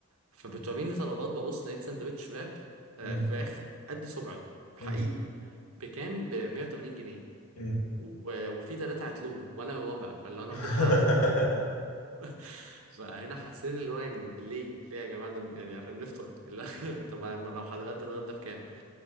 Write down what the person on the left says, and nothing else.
مم.
مم.
مم.
<laughs>